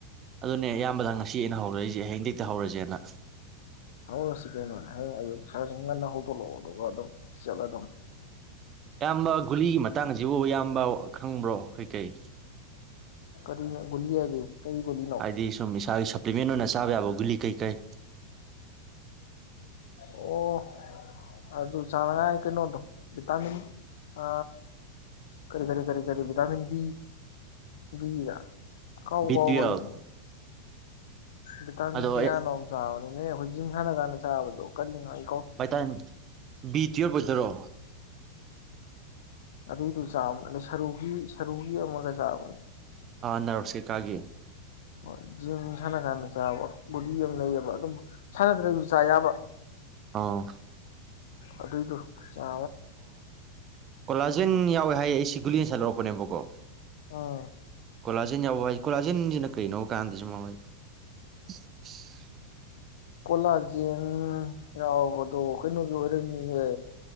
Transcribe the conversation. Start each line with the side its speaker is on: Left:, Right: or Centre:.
Right: ꯑꯗꯨꯅꯦ ꯏꯌꯥꯝꯕꯗ ꯉꯁꯤ ꯑꯩꯅ ꯍꯧꯔꯛꯏꯁꯦ ꯍꯌꯦꯡ ꯍꯦꯛꯇ ꯍꯧꯔꯁꯦꯅ
Left: ꯍꯧꯔꯁꯤ ꯀꯩꯅꯣꯅꯦ ꯍꯌꯦꯡ ꯑꯌꯨꯛ ꯁꯥꯔ ꯁꯨꯝ ꯉꯟꯅ ꯍꯧꯗꯣꯛꯂꯛꯑꯣ ꯑꯗꯨꯒ ꯑꯗꯨꯝ ꯆꯠꯂ ꯑꯗꯨꯝ
Right: ꯏꯌꯥꯝꯕ ꯒꯨꯂꯤꯒꯤ ꯃꯇꯥꯡꯁꯤꯕꯨ ꯑꯌꯥꯝꯕ ꯈꯪꯕ꯭ꯔꯣ ꯀꯩꯀꯩ
Left: ꯀꯔꯤꯅꯣ ꯒꯨꯂꯤ ꯍꯥꯏꯗꯤ ꯀꯩ ꯒꯨꯂꯤꯅꯣ
Right: ꯍꯥꯏꯗꯤ ꯁꯨꯝ ꯏꯁꯥꯒꯤ ꯁꯄ꯭ꯂꯤꯃꯦꯟ ꯑꯣꯏꯅ ꯆꯥꯕ ꯌꯥꯕ ꯒꯨꯂꯤ ꯀꯩ ꯀꯩ
Left: ꯑꯣ ꯑꯗꯨ ꯑꯗꯨ ꯆꯥꯡꯅꯉꯥꯏ ꯀꯩꯅꯣꯗꯣ ꯚꯤꯇꯥꯃꯤꯟ ꯑ ꯀꯔꯤ ꯀꯔꯤ ꯀꯔꯤ ꯀꯔꯤ ꯚꯤꯇꯥꯃꯤꯟ ꯕꯤ ꯕꯤꯗ ꯀꯥꯎꯕꯨ
Right: ꯕꯤ
Left: ꯀꯥꯎꯒꯔꯦꯅꯦ
Right: ꯇꯨꯌꯦꯜꯞ
Left: ꯕꯤꯇꯥꯃꯦꯟ
Right: ꯑꯗꯣ
Left: ꯀꯌꯥꯅꯣꯝꯃ
Right: ꯑꯩ
Left: ꯆꯥꯕꯅꯤ ꯅ ꯍꯣꯏ ꯖꯤꯝ ꯁꯥꯟꯅ ꯀꯥꯟ ꯆꯥꯕꯗꯣ ꯀꯔꯤ ꯅꯣ ꯑꯩ
Right: ꯕꯥꯏꯇꯥꯃꯤꯟ ꯕꯤ ꯇꯨꯌꯦꯜꯞ ꯑꯣꯏꯗꯣꯏꯔꯣ
Left: ꯑꯗꯨꯏꯗꯨ ꯆꯥꯕ ꯑꯗꯩ ꯁꯔꯨꯒꯤ ꯁꯔꯨꯒꯤ ꯑꯃꯒ ꯆꯥꯕꯅꯦ
Right: ꯑꯥ ꯅꯅꯥꯔꯁ ꯀꯦꯀꯥꯒꯤ
Left: ꯑꯣꯖ ꯁꯥꯟꯅ ꯀꯥꯟꯅ ꯆꯥꯕ ꯕꯣꯗꯤ ꯑꯃ ꯂꯩꯌꯦꯕ ꯑꯗꯨꯝ ꯁꯥꯟꯅꯗ꯭ꯔꯒꯁꯨ ꯆꯕ
Right: ꯑꯥꯎ
Left: ꯑꯗꯨꯏꯗꯨꯣ ꯑ
Right: ꯀꯣꯂꯥꯖꯦꯟ ꯌꯥꯎꯋꯦ ꯍꯥꯏꯌꯦ ꯑꯩ ꯁꯤꯒꯨꯂꯤ ꯌꯦ ꯁꯠꯂꯛꯄꯅꯦꯕꯀꯣ
Left: ꯑꯥ
Right: ꯀꯣꯂꯥꯖꯦꯟ ꯌꯥꯎꯕ ꯍꯥꯏ ꯀꯣꯂꯥꯖꯦꯟꯁꯤ ꯀꯩꯅꯣ ꯀꯥꯟꯗꯁꯨ ꯃꯉ <unintelligible>
Left: ꯀꯣꯂꯥꯖꯦꯡ ꯌꯥꯎꯕꯗꯣ ꯀꯩꯅꯣꯒꯤ ꯑꯣꯏꯔꯝꯃꯤꯍꯦ